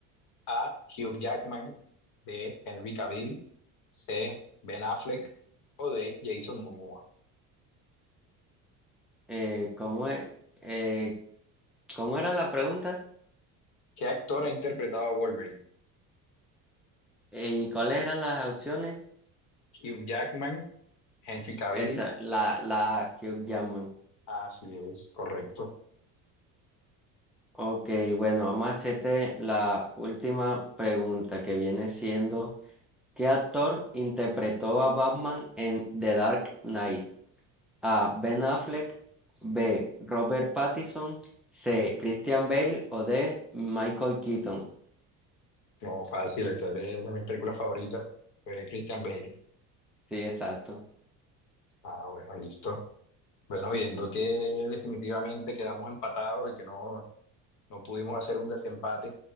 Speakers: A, on the left; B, in the centre.
A: A, Hugh Jackman, B, Henry Cavill, C. Ben Affleck o D. Jason Momoa.
B: Eh, ¿cómo es? Eh, ¿cómo era la pregunta?
A: ¿Qué actor ha interpretado a Wolverine?
B: ¿Y cuáles eran las opciones?
A: Hugh Jackman, Henry Cavill.
B: Esa, la, la Hugh Jackman.
A: Así es, correcto.
B: Ok, bueno, vamos a hacerte la última pregunta que viene siendo, ¿qué actor interpretó a Batman en The Dark Knight? A. Ben Affleck, B. Robert Pattinson, C. Christian Bale o D. Michael Keaton.
A: No, fácil, esa es de, de mis películas favoritas. Fue Christian Bale.
B: Sí, exacto.
A: Ah, bueno, listo. Bueno, viendo que definitivamente quedamos empatados y que no, no pudimos hacer un desempate,